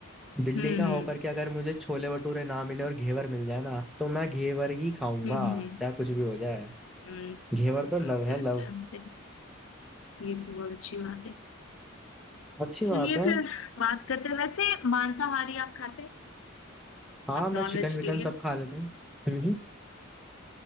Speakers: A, in the centre; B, on the left.
A: दिल्ली
B: हम्म
A: का होकर
B: हम्म
A: के अगर मुझे छोले भटूरे ना मिले और घेवर मिल जाए ना तो मैं घेवर ही खाऊंगा
B: हम्म हम्म हम्म।
A: चाहे कुछ भी हो जाए
B: हम्म
A: घेवर तो लव
B: अच्छा
A: है
B: अच्छा
A: लव
B: अच्छा ये तो बहुत अच्छी बात है
A: अच्छी
B: चलिए
A: बात है
B: फिर बात करते हैं वैसे मांसाहारी आप खाते हैं
A: हाँ
B: आप
A: मैं
B: नॉन
A: चिकन
B: वेजिटेरियन
A: विकन सब खा लेता हूँ हम्म हम्म।